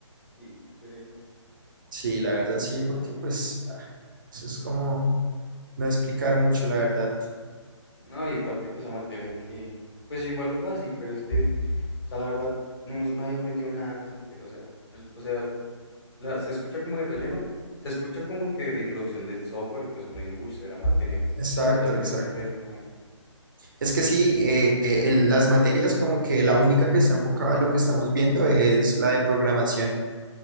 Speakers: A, on the left (about 55°); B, on the right (about 40°).
A: sí, qué pereza.
B: Sí, la verdad sí,
A: Ah,
B: porque pues ah, eso es como no explicar mucho, la verdad.
A: No, y parte que esa materia que, pues igual fácil, pero es que, o sea, la verdad, no hemos- nadie aprendió nada en esa materia. O sea, del- o sea, la- se escucha como de relleno, se escucha como que de introducción del software y pues uno dice, uy, será materia,
B: Exacto,
A: pero también
B: exacto.
A: es un relleno ahí.
B: Es que sí, eh, eh, el- las materias como que la única que está enfocada a lo que estamos viendo es la de programación.